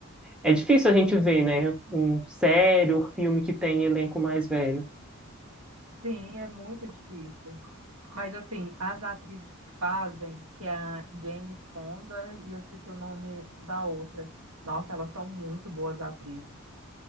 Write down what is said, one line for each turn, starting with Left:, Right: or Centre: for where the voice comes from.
Centre: é difícil a gente ver, né? Um série ou filme que tem elenco mais velho.
Right: Sim, é muito difícil. Mas, assim, as atrizes que fazem, que é a Jane Fonda e eu esqueci o nome da outra. Nossa, elas são muito boas atrizes.